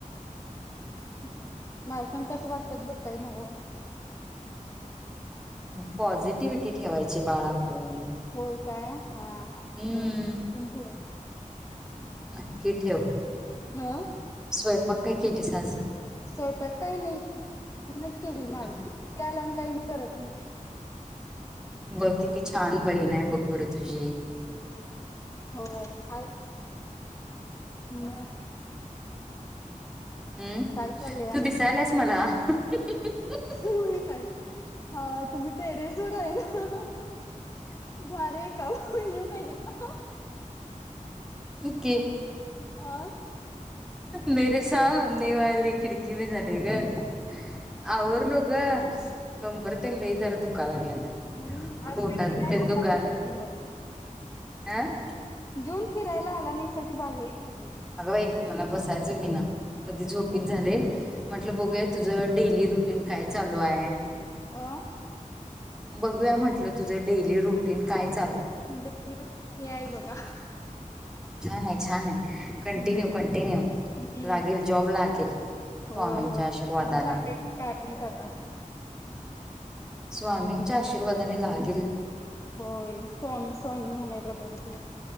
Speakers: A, on the left (about 25°); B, in the centre.
A: <inaudible> माझ्यासंग कसं वागत्यात बघताय नव्ह
B: पॉझिटिव्हि ठेवायची बाळा आपण
A: होय काय हा हा
B: हं
A: बर इथून पुढे
B: नक्की ठेव
A: अ
B: स्वय पाक काय केलीस आज
A: स्वयपाक काय नाही तीनच केली माझी
B: हं.
A: ती आल्या करत नाही
B: बघ किती छान बहीण आहे बघ बरं तुझी
A: होय आई मग
B: हम्म
A: काय चाललंय
B: तू
A: आणि
B: दिसायलास मला <unintelligible>
A: होय काय हा तुम्ही टेरेस वर आहे ना भारी आहे काम येऊ काय तिथं
B: इकी
A: आ
B: मेरे सामनेवाली खिडकी मे झालयं गं आवरलो ग कबंर तेन लय जरा दुखाय लागलीया
A: हम्म
B: कबंरतेन
A: आज काय फिरायला
B: दुखालय
A: आला की मग
B: आह
A: जून फिरायला आला नाहीसा की बाहेर म्हटलं
B: अग बाई मला बसायचं व्हिना कधी झोपीन झाले म्हटलं बघूया तुझं डेली रुटीन काय चालू हाय
A: अ
B: बघूया म्हटलं तुझं डेली रुटीन कायचा
A: डेली रूटीन हे आहे बघा
B: छान आहे, छान आहे
A: हम्म
B: कंटिन्यू, कंटिन्यू
A: हम्म
B: लागेल जॉब लागेल
A: होय
B: स्वामींच्या
A: होय
B: आशीर्वादानं
A: कधी लागले काय माहित आता
B: स्वामींच्या आशीर्वा वजने लहान
A: होय स्वामी स्वामी म्हणायला पाहिजे